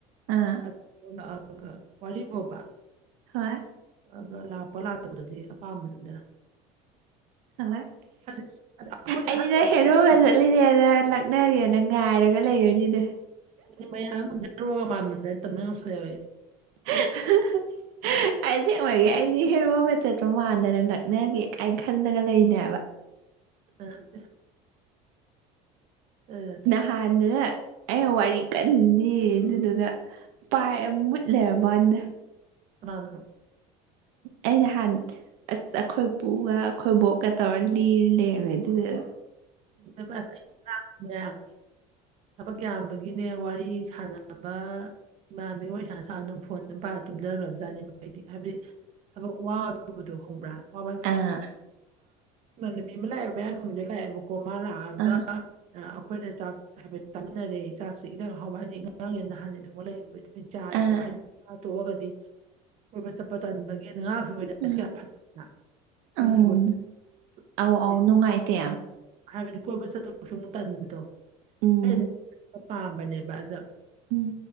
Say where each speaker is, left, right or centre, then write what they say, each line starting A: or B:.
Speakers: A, on the right; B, on the right.
A: ꯑꯥ
B: ꯑꯗꯨ ꯊꯣꯛꯂꯒ ꯋꯥꯔꯤꯕꯣꯕꯥ
A: ꯍꯣꯏ
B: ꯑꯗ ꯂꯥꯛꯄ ꯂꯥꯛꯇꯕꯗꯨꯗꯤ ꯑꯄꯥꯝꯕꯅꯤꯗꯅ
A: ꯍꯣ ꯍꯣꯏ
B: ꯍꯧꯖꯤꯛ ꯑꯩꯈꯣꯏꯗ
A: ꯑꯩꯗꯤꯅ
B: ꯑꯍꯟ ꯑꯣꯏꯔꯗꯤ
A: ꯍꯦꯔꯣꯒ ꯆꯠꯂꯤꯅꯦꯅ ꯂꯥꯛ ꯅꯒꯦꯅ ꯉꯥꯏꯔꯒ ꯂꯩꯔꯅꯤꯅꯦ
B: ꯑꯗꯨꯅꯦ ꯃꯌꯥꯝ <unintelligible> ꯍꯦꯔꯣꯒ ꯃꯥꯃꯟꯗꯅ ꯇꯟꯕ ꯃꯥ ꯌꯥꯎꯁꯤꯜꯂꯦꯕ ꯑꯩ
A: <unintelligible> ꯑꯩ ꯑꯁꯦꯡꯕꯒꯤ ꯑꯩꯗꯤ ꯍꯦꯔꯣꯒ ꯆꯠꯄ ꯃꯥꯟꯗꯅ ꯂꯛꯅꯒꯦ ꯀꯥꯏꯅ ꯈꯜꯂꯒ ꯂꯩꯔꯤꯅꯦ ꯍꯥꯏꯕ
B: <unintelligible> <unintelligible>
A: ꯉꯍꯥꯟꯅꯗꯨꯅ ꯑꯩꯅ ꯋꯥꯔꯤ ꯀꯟꯅ ꯂꯤꯔꯤ ꯑꯗꯨꯗꯨꯒ ꯄꯥꯏꯔ ꯃꯨꯠ ꯂꯩꯔꯝꯕꯥ ꯋꯥꯅꯤꯗ
B: ꯀꯅꯥꯗꯥꯅꯣ
A: ꯑꯩ ꯅꯍꯥꯟ ꯑꯁ ꯑꯩꯈꯣꯏ ꯄꯨꯒ ꯑꯩꯈꯣꯏ ꯕꯣꯛꯀꯥ ꯇꯧꯔ ꯂꯤꯔ ꯂꯩꯔꯝꯃꯦ ꯑꯗꯨꯒ
B: <unintelligible> ꯊꯕꯛ ꯌꯥꯝꯕꯒꯤꯅꯦ ꯋꯥꯔꯤ ꯁꯥꯟꯅꯕ ꯏꯃꯥꯟꯕꯤꯒ ꯋꯔꯤ ꯁꯥꯥꯟꯅ ꯁꯥꯟꯅ ꯑꯗꯨꯝ ꯐꯣꯟ ꯑꯗꯨꯝ ꯄꯥꯏꯔ ꯇꯨꯝꯗꯒꯔꯕꯖꯥꯠꯅꯤꯕ ꯑꯩꯗꯤ ꯍꯥꯏꯕꯗꯤ ꯊꯕꯛ ꯋꯥꯔꯨꯕꯗꯣ ꯈꯪꯕ꯭ꯔꯥ ꯋꯥꯕ ꯍꯥꯏꯕꯗꯤ
A: ꯑꯥ
B: ꯏꯃꯥꯟꯅꯕꯤ ꯑꯃ ꯂꯥꯛꯑꯦꯕ ꯃꯌꯥꯡ ꯀꯪꯕꯤꯗꯣ ꯂꯥꯛꯑꯦꯕꯀꯣ ꯀꯣ ꯃꯥ ꯂꯥꯛꯑꯒ
A: ꯑꯥ
B: ꯑꯩꯈꯣꯏꯅ ꯆꯥꯛ ꯍꯥꯏꯕ ꯆꯥꯃꯤꯟꯅꯔꯦ ꯆꯥꯛꯁꯤ ꯏꯟꯖꯥꯡ ꯑꯍꯥꯎꯕ ꯍꯥꯏꯗꯤ ꯉꯥꯔꯡꯒꯤ ꯅꯍꯥꯟ ꯌꯦꯟ ꯊꯣꯡꯕ ꯂꯩꯩꯗꯨ ꯆꯥꯔꯦꯕ
A: ꯑꯥ
B: ꯍꯥꯏꯗꯤ ꯇꯣꯛꯑꯒꯗꯤ ꯀꯣꯏꯕ ꯆꯠꯄ ꯇꯟꯕꯒꯤ ꯑꯗ ꯉꯥꯔꯡꯁꯨ ꯑꯣꯏ ꯋꯦꯗꯔꯁꯦ
A: ꯎꯝ
B: ꯀꯌꯥ ꯐꯠꯇꯦꯅ ꯅꯣꯡ
A: ꯎꯝ
B: ꯆꯨꯕ <unintelligible>
A: ꯑꯧ ꯑꯧ ꯅꯨꯡꯉꯥꯏꯇꯦ ꯌꯥꯝ
B: ꯍꯥꯏꯕꯗꯤ ꯀꯣꯏꯕ ꯆꯠ ꯇꯣꯏꯁꯨ ꯑꯃꯨꯛ ꯇꯟꯕꯗꯣ
A: ꯎꯝ
B: ꯑꯩꯩꯅꯗꯤ ꯄꯥꯝꯕꯅꯦꯕ ꯑꯗ
A: ꯎꯝ